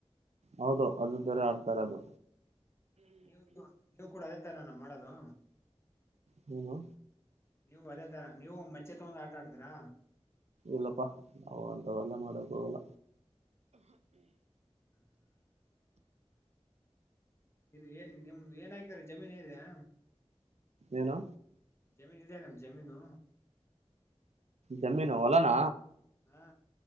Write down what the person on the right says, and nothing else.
ಹೌದು ಅದು ತರೆ ಆಡ್ತಾರೆ ಅದು.
ಹ್ಮನು
ಇಲ್ಲಪ್ಪಾ ಅವಂತ ಎಲ್ಲ ಮಾಡೋಕ್ ಹೋಗೋಲ್ಲ.
ಏನು.
ಜಮೀನು ಹೊಲನಾ.